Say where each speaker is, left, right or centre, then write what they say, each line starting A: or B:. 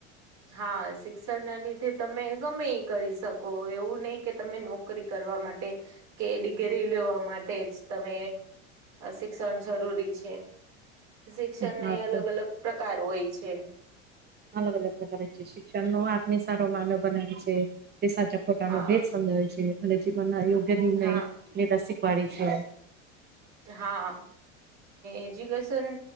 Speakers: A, on the right; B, on the right.
A: હા શિક્ષણ ના લીધે તમે ગમે ઈ કરી શકો એવું નય કે તમે નોકરી કરવા માટે કે ડિગ્રી લેવા માટે જ તમે શિક્ષણ જરૂરી છે. શિક્ષણને
B: હા
A: અલગ
B: તો
A: અલગ પ્રકાર હોય છે.
B: અલગ અલગ પ્રકારે છે શિક્ષણ નો આપને સારો માનવ બનાવે છે તે સાચો ખોટા
A: હા
B: નો ભેદ સમજાવે છે અને જીવન ના યોગ્ય નિર્ણય
A: હા
B: લેતા શીખવાડે છે.
A: હા, એજ્યુકેશન